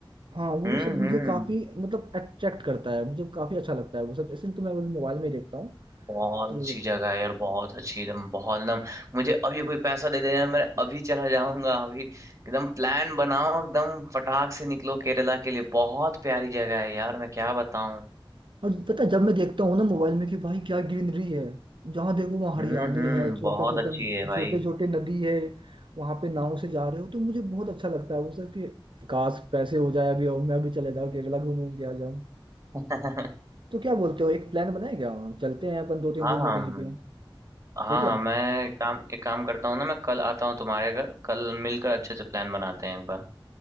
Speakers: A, on the right; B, on the right.
A: हाँ वो
B: हम्म
A: सब मुझे
B: हम्म
A: काफी मतलब अट्रैक्ट करता है मुझे काफी अच्छा लगता है वो सब ऐसे तो मैं अभी मोबाइल में देखता हूँ
B: बहुत
A: तो
B: अच्छी जगह है यार बहुत अच्छी एकदम बहुत एकदम मुझे अभी कोई पैसा दे देना है मैं अभी चला जाऊंगा अभी एकदम प्लान बनाओ एकदम फटाक से निकलो केरला के लिए बहुत प्यारी जगह है यार मैं क्या बताऊं
A: और पता है, जब मैं देखता हूँ ना मोबाइल में कि भाई क्या ग्रीनरी है जहाँ देखो वहाँ हरियाली
B: हम्म हम्म
A: है छोटे
B: बहुत
A: छोटे
B: अच्छी है भाई
A: छोटे छोटे नदी है वहां पे नाव से जा रहे हो तो मुझे बहुत अच्छा लगता है वो सर कि काश पैसे हो जाए अभी और मैं भी चले जाऊँ केरला घूम घूम के आ जाऊँ
B: <laughs>
A: तो क्या बोलते हो एक प्लान बनाए क्या चलते हैं अपन दो तीन
B: हाँ
A: दिन में
B: हाँ
A: कहीं पे
B: हाँ
A: ठीक है
B: मैं काम एक काम करता हूँ ना मैं कल आता हूँ तुम्हारे घर कल मिलकर अच्छे से प्लान बनाते हैं एक बार